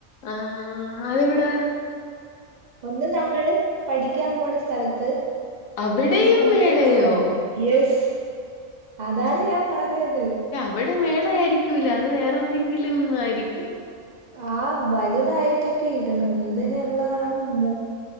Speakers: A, on the left; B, on the right.
A: ആ അതെവ്ടെ
B: ഒന്ന് നമ്മള് പഠിക്കാൻ പോണ സ്ഥലത്ത്
A: അവിടെയും
B: ഒന്ന് നമ്മുടെ
A: മേളയോ
B: സ്ഥലത്ത് യെസ് അതാണ് ഞാൻ പറഞ്ഞത്
A: അവെടെ മേള ആയിരിക്കൂല്ല അത് വേറെന്തെങ്കിലും ആയിരിക്കും.
B: ആഹ് വലുതായിട്ടൊക്കെ ഇടണ് ന്തിനു ള്താണെന്തോ